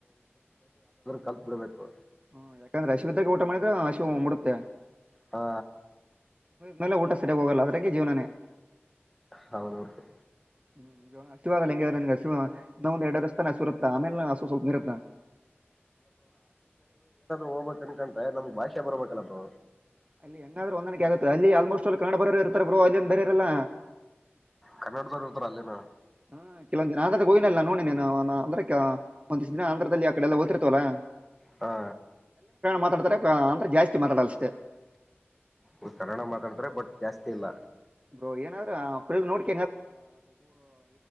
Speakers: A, in the centre; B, on the right.
A: ಕಲ್ತಬಿಡಬೇಕು
B: ಹ್ಮ ಯಾಕಂದ್ರೆ ಅಶ್ವಿದಾಗ ಊಟ ಮಾಡಿದ್ರೆ ಅಶ್ ಮುಡುತ್ತೆ
A: ಹಾ
B: ಮೇಲೆ ಊಟ ಸರಿಗಿ ಹೋಗಲ್ಲ ಅದ್ರಕ್ಕೆ ಜೀವನೇ
A: ಹೌದು <unintelligible>
B: ಹ್ಮ್ ಹಸಿವಾಗಲ್ಲ ಹೆಂಗಗೆ ಹಸಿವ ಇನ್ನೊಂದ ಎರಡಷ್ಟು ಸುರತ ಆಮೇಲೆ ಸ್ವಲಪ ಹಸಿವ ಇರ್ತಾ
A: ಹೋಗಬೇಕಕ್ ಅನ್ಕಂತ್ರೆ ನಮ್ಗ್ ಭಾಷೆ ಬರ್ಬೇಕಲ್ಲಪ್ಪ
B: ಅಲ್ಲಿ ಹೆಂಗಾದ್ರರು ಹೊಂದಾಣೆ ಆಗುತ್ತೆ ಅಲ್ಲಿ ಆಲ್ಮೋಸ್ಟ್ ಅ ಕನ್ನಡ ಬರರು ಇರ್ತಾರ ಬ್ರೋ ಅಲೆನ್ ಬೇರೆರರಲ್ಲ
A: ಕನ್ನಡದವ್ರ ಇರ್ತಾರ ಅಲ್ಲೇನ.
B: ಹಾ ಕೆವೊಂದ್ನ ಆಗಾದ ಹೋಗ್ನಲ್ಲ ನೋಡಿ ನ. ಅಂದ್ರಕ್ಕಾ ಒಂದಿಸ ದಿನ ಆಂಧ್ರದಲ್ಲಿ ಅಕಾಡೆಲ್ಲ ಹೊತಿರ ತೋಲಾ
A: ಹಾ
B: ಮಾತಾಡ್ತಾರೆ ಅಂದ್ರೆ ಜಾಸ್ತಿ ಮಾತಾಡಲ್ಲ ಅಷ್ಟೇ
A: ಒ ಕನ್ನಡ ಮಾತಾಡ್ತಾರೆ ಬಟ್ ಜಾಸ್ತಿ ಇಲ್ಲ
B: ಬ್ರೋ ಏನಾದ್ರ <unintelligible>